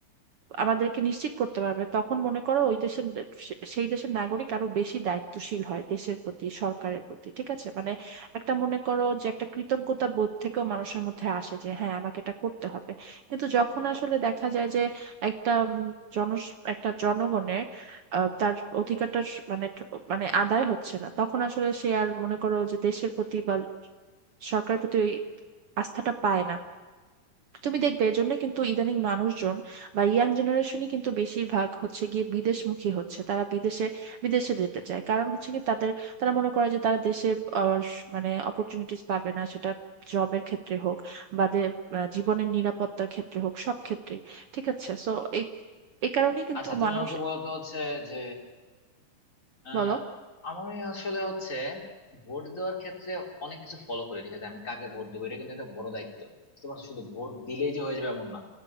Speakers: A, on the right; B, on the left.
A: আমাদেরকে নিশ্চিত করতে পারবে তখন মনে করো ওই দেশের সে- সেই দেশের নাগরিক আরো বেশি দায়িত্বশীল হয় দেশের প্রতি সরকারের প্রতি ঠিক আছে মানে একটা মনে করো যে একটা কৃতজ্ঞতা বোধ থেকেও মানুষের মধ্যে আসে যে হ্যাঁ আমাকে এটা করতে হবে কিন্তু যখন আসলে দেখা যায় যে একটা উম, জন একটা জনগণের আহ, তার অধিকারটা স- মানে মানে আদায় হচ্ছে না তখন আসলে সে আর মনে করো যে দেশের প্রতি বা সরকারের প্রতি ওই আস্থাটা পায় না তুমি দেখবে এর জন্য কিন্তু ইদানিং মানুষজন বা ইয়াং জেনারেশনই কিন্তু বেশিরভাগ হচ্ছে গিয়ে বিদেশমুখী হচ্ছে তারা বিদেশে বিদেশে যেতে চায় কারণ হচ্ছে কি তাদের তারা মনে করে যে তারা দেশে আহ, স- মানে অপরচুনিটিস পাবে না সেটা জবের ক্ষেত্রে হোক বা দে- আহ, জীবনের নিরাপত্তার ক্ষেত্রে হোক সব ক্ষেত্রেই ঠিক আছে সো এই এই কারণেই কিন্তু
B: আচ্ছা তুমি
A: মানুষ
B: আমাকে বলো তো হচ্ছে যে আহ
A: বলো
B: আমার আসলে হচ্ছে ভোট দেওয়ার ক্ষেত্রে অনেক কিছু ফলো করে ঠিক আছে আমি কাকে ভোট দেবো এটা কিন্তু একটা বড় দায়িত্ব বুঝতে পারছো শুধু ভোট দিলেই যে হয়ে যাবে এমন না